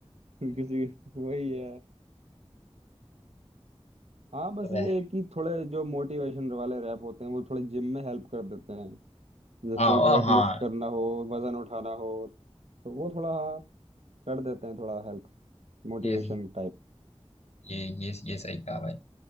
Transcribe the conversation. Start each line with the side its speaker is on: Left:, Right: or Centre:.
Right: किसी वही है हाँ बस
Left: तो वह-
Right: ये है कि थोड़े जो मोटिवेशन वाले रैप होते हैं वो थोड़े जिम में हेल्प कर देते हैं जैसे
Left: हाँ
Right: कोई
Left: वाह
Right: वेट
Left: हाँ
Right: लिफ्ट करना हो वजन उठाना हो तो वो थोड़ा हाँ कर देते हैं थोड़ा हेल्प मोटिवेशन
Left: ये
Right: टाइप
Left: ये ये ये सही कहा भाई